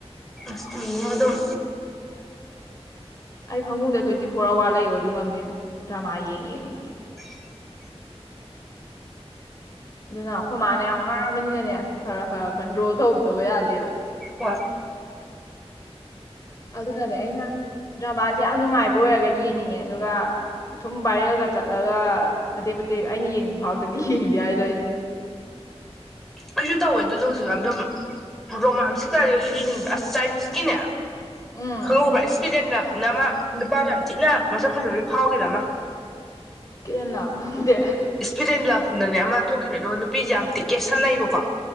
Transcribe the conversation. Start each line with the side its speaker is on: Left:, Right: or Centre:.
Centre: ꯑꯁ ꯑ ꯑꯗꯨꯝ
Left: ꯑꯩ ꯐꯃꯨꯡꯗ ꯇ꯭ꯋꯦꯟꯇꯤ ꯐꯣꯔ ꯑꯋꯥꯔ ꯂꯩꯌꯣꯁꯨ ꯉꯝꯅꯤ ꯑꯗꯨꯝ ꯗ꯭ꯔꯃꯥ ꯌꯦꯡꯉ ꯌꯦꯡꯗꯣ
Centre: <unintelligible>
Left: ꯑꯗꯨꯅ ꯑꯩꯈꯣꯏ ꯃꯥꯅ ꯌꯥꯝ ꯉꯥꯡꯕꯅꯤꯅꯅꯦ ꯈꯔ ꯈꯔ ꯀꯟꯇ꯭ꯔꯣꯜ ꯇꯧꯗꯕ ꯌꯥꯗꯦꯕ
Centre: ꯍꯣꯏ
Left: ꯑꯗꯨꯅꯅꯦ ꯑꯩꯅ ꯗ꯭ꯔꯃꯥꯁꯦ ꯌꯥꯝ ꯅꯨꯡꯉꯥꯏꯕ ꯑꯣꯏꯔꯒꯗꯤ ꯌꯦꯡꯅꯤꯡꯉꯦ ꯑꯗꯨꯒ ꯁꯨꯝ ꯚꯥꯏꯔꯦꯜꯒ ꯆꯠꯂꯒ ꯃꯇꯦꯛ ꯃꯇꯦꯛ ꯑꯩꯅ ꯌꯦꯡꯅꯤꯡꯕ ꯐꯥꯎꯗꯗꯤ ꯌꯦꯡꯗꯦ ꯍꯥꯏꯗꯩꯅ
Centre: ꯑꯩꯁꯨ ꯇꯧꯋꯦ ꯑꯗꯨꯗ ꯍꯧꯖꯤꯛꯀꯥꯟ ꯑꯗꯨꯝ ꯔꯣꯃꯥꯟꯁꯀꯤꯩꯀꯥꯗꯤ ꯑꯁ ꯆꯥꯏꯅꯤꯁꯀꯤꯅꯦ
Left: ꯎꯝ
Centre: ꯈꯪꯉꯕ꯭ꯔꯥ ꯏꯁꯄꯤꯗꯦꯟꯗ ꯅꯃ ꯅꯨꯄꯥꯗꯣ ꯌꯥꯝ ꯊꯤꯅ ꯃꯁꯛ ꯈꯁꯨꯛꯖꯤ ꯐꯥꯎꯈꯤꯕ ꯑꯃ
Left: ꯀꯗ ꯂꯅꯥꯑꯣ ꯈꯪꯗꯦ
Centre: ꯏꯁꯄꯤꯠ ꯑꯦꯟ ꯂꯞꯅꯅꯦ ꯑꯃ ꯊꯣꯛꯈꯤꯕꯅꯦ ꯑꯗꯣ ꯅꯨꯄꯤꯁꯦ ꯌꯥꯝ ꯇꯤꯛꯀꯦ ꯁꯥꯟꯅꯩꯕꯀꯣ